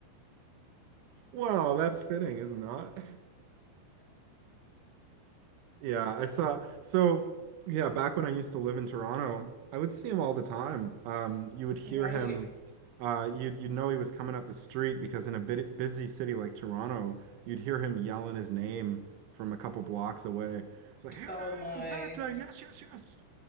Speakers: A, on the right; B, in the centre.
A: Wow, that's fitting, isn't it? Yeah, I saw. So, yeah, back when I used to live in Toronto, I would see him all the time. Um, you would hear
B: Right.
A: him. Uh, you'd you'd know he was coming up the street because in a bit busy city like Toronto, you'd hear him yelling his name from a couple blocks away. It's like, "Here
B: Oh
A: I
B: my.
A: am, Senator! Yes, yes, yes!"